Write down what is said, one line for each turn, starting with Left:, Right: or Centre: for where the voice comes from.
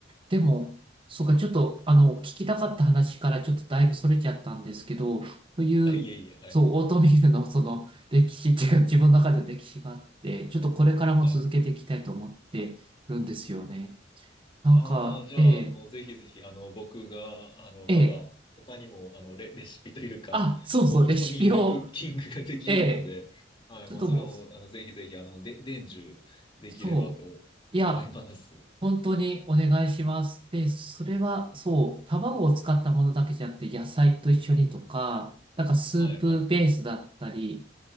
Right: でも、そうか、ちょっと、あの、聞きたかった話からちょっとだいぶそれちゃったんですけど、そういう、
Left: <laughs> いえいえ、はい。
Right: そう、オートミールのその歴史っていうか、自分の中での歴史があって、ちょっとこれからも続けていきたいと思ってるんですよね。
Left: はい。
Right: なんか、
Left: ああ、じゃあ、
Right: ええ、
Left: もうぜひぜひ、あの、僕が、あの、まだ、
Right: ええ、
Left: 他にも、あの、レ、レシピというか、
Right: あ、そうそう、
Left: オートミールクッキングができるので、
Right: レシピを、ええ、
Left: はい。
Right: ちょっともう、
Left: まあ、それを、あの、ぜひぜひ、あの、で、伝授できればと思います。
Right: そう、いや、本当にお願いします。で、それは、そう、卵を使ったものだけじゃなくて、野菜と一緒にとか、なんかスープベースだったり、
Left: はいはいはい。